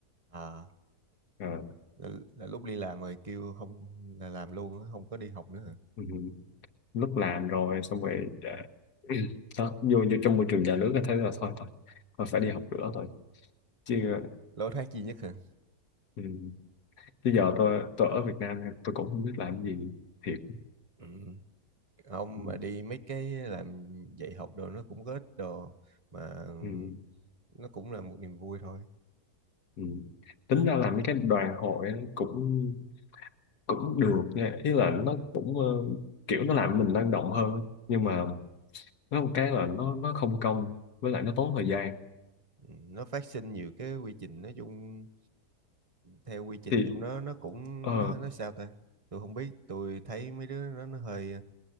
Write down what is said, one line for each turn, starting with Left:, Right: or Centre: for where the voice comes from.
Right: à
Left: Ờ,
Right: là, là lúc đi làm rồi kêu không là làm luôn á, không có đi học nữa hả
Left: ừ. lúc làm rồi xong rồi ờ, đó, vô, vô trong môi trường nhà nước là thấy là thôi thôi tôi phải đi học nữa thôi chứ ờ,
Right: lối thoát duy nhất hả
Left: ừ. chứ giờ tôi tôi ở Việt Nam tôi cũng không biết làm gì thiệt
Right: ừ. không
Left: ừ.
Right: mà đi mấy cái làm dạy học đồ nó cũng có ích đồ mà ừ,
Left: Ừ.
Right: nó cũng là một niềm vui thôi
Left: Ừ. Tính ra là mấy cái đoàn hội nó cũng cũng được nha ý là nó cũng ờ, kiểu nó làm mình năng động hơn nhưng
Right: ừ.
Left: mà nó một cái là nó nó không công với lại nó tốn thời gian
Right: Ừ, nó phát sinh nhiều cái quy trình nói chung theo quy trình
Left: thì
Right: trong đó nó cũng
Left: ờ,
Right: nó, nó sao ta tôi không biết tôi thấy mấy đứa nó nó hơi